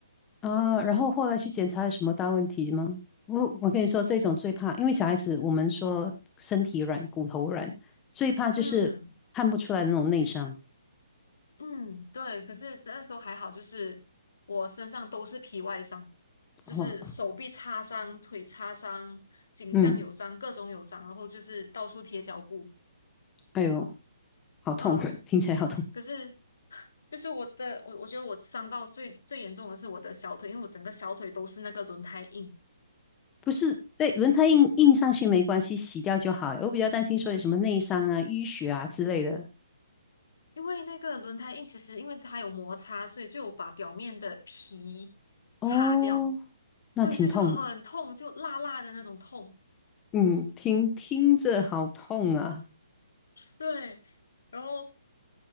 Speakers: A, on the left; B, on the left.
A: 啊，然后后来去检查有什么大问题吗？我我跟你说，这种最怕，因为小孩子我们说身体软、骨头软，最怕就是看不出来的那种内伤。
B: 嗯嗯，对，可是那时候还好，就是我身上都是皮外伤，就是手臂擦伤、
A: 哇，
B: 腿擦伤、颈项有伤、
A: 嗯，
B: 各种有伤，然后就是到处贴脚布。
A: 哎呦，好痛，
B: 嗯，
A: <laughs> 听起来好痛。
B: 可是。就是我的，我我觉得我伤到最最严重的是我的小腿，因为我整个小腿都是那个轮胎印。
A: 不是，对，轮胎印印上去没关系，洗掉就好。我比较担心说有什么内伤啊、淤血啊之类的。
B: 因为那个轮胎印其实因为它有摩擦，所以就有把表面的皮擦掉，
A: 哦，那挺痛的。
B: 对，所以就很痛，就辣辣的那种痛。
A: 嗯，听听着好痛啊。
B: 对，然后